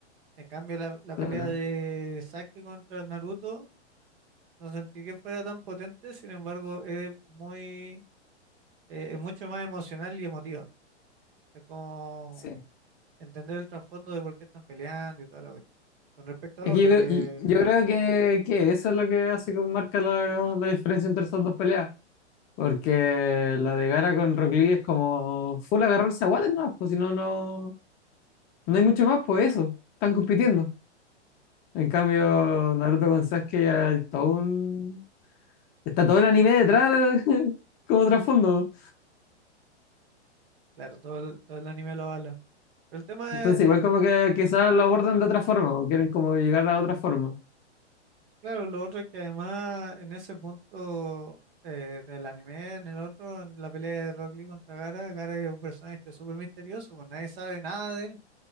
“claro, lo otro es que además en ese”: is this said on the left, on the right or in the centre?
Right